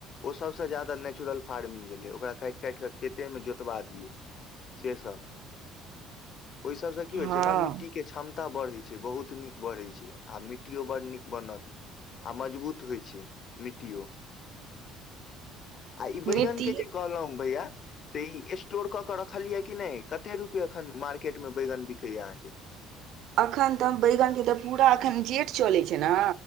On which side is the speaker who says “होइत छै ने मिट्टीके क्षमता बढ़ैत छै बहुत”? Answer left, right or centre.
Left